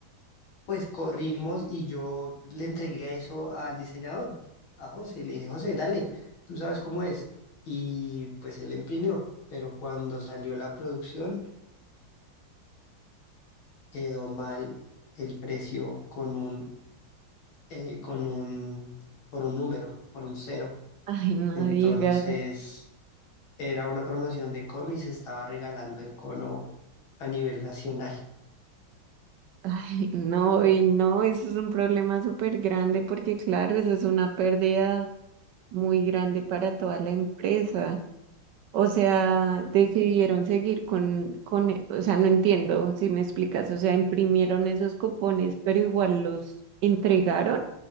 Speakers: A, on the left; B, on the right.
A: Pues corrimos y yo le entregué eso al diseñador, a José. Le dije, José, dale, tú sabes cómo es. Y pues él imprimió, pero cuando salió la producción quedó mal el precio con un, eh, con un, por un número, por un cero.
B: Ay, no
A: Entonces
B: digas.
A: era una promoción de cono y se estaba regalando el cono a nivel nacional.
B: Ay, no, y no, eso es un problema súper grande porque, claro, eso es una pérdida muy grande para toda la empresa. O sea, decidieron seguir con, con, e- o sea, no entiendo si me explicas. O sea, imprimieron esos cupones, pero igual los entregaron